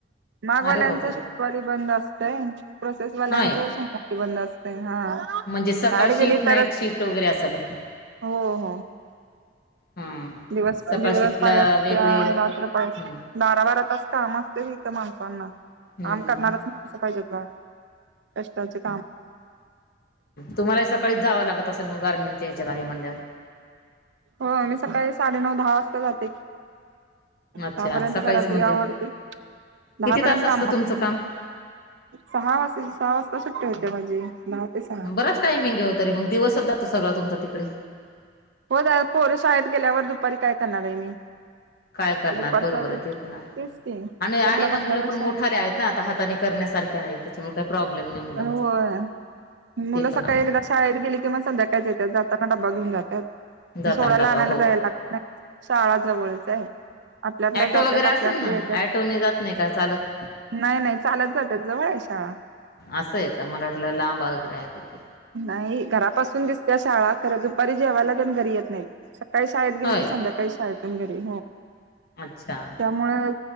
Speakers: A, on the right; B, on the left.
A: माघवाल्यांच
B: अरे बापरे
A: शुक्रवारी बंद असतंय प्रोसेसवाल्यांच
B: हाय
A: स बंद असत हा.
B: म्हणजे सकाळ
A: झाड गेली
B: शिफ्ट नाईट
A: तरच
B: शिफ्ट वगैरे असेल
A: हो हो.
B: हा
A: दिवस,
B: सकाळ
A: दिवस
B: शिफ्टला
A: पाळी असते
B: वेगळे हम्म
A: रात्रपाळी असते बारा, बारा तास काम माणसांना
B: हम्म
A: काम करणारच नाही पाहिजे तु कष्टाचे काम-'
B: तुम्हाला ही सकाळी जावं लागत असेल गारमेंटच्या ह्याच्यात आहे म्हटल्यावर?
A: हो मी सकाळी साडेनऊ, दहा वाजता जाते.
B: अच्छा
A: दहापर्यंत
B: सकाळीच
A: खराब
B: म्हणजे
A: आवडते दहापर्यंत
B: किती तास असतं
A: काम
B: तुमचं
A: सहा वाजे सहा वाजता सुट्टी होते माझी ते सहा
B: बराच टायमिंग येे तरी मग दिवसच जातो सगळां तुमचा तिकडे.
A: हो द पोर शाळेत गेल्यावर दुपारी काय करणार आहे मी.
B: काय करणार
A: दुपारचा
B: बरोबर
A: वेळ
B: आहे ते पण आहे
A: तेच की
B: आणि आहे
A: टपला
B: ना
A: बसण्यापेक्षा
B: मुलं पण मोठाले आहेत ना आता हातानी करण्या सारखी सारख हाय त्याच्यामुळे प्रॉब्लेम नाही. मुलांचा
A: होय मुलं
B: ते पण
A: सकाळी
B: आहे
A: एकदा शाळेत गेली की मग संध्याकाळीच येतात जाताना डबा घेऊन जातात.
B: जाताना
A: सोड्याला
B: डबा
A: आणायला
B: हो
A: जायला लागत नाही शाळा जवळच आहे. आपल्या आपल्या
B: ऑटो
A: जातात
B: वगैरे
A: आपल्या
B: असेल
A: आपल्या
B: ना
A: येतात
B: ऑटो न जात नाही का चालत
A: नाही, नाही चालत जातात जवळ आहे शाळा.
B: असं आहे का मला वाटलं लांबा वगैरे आहे का की
A: नाही घरापासून दिस दिसते शाळा पण दुपारी घरी तिने येत नाहीत सकाळी शाळेत गेली
B: होय
A: की संध्याकाळी काही शाळेतुन घरी
B: अच्छा.
A: त्यामुळे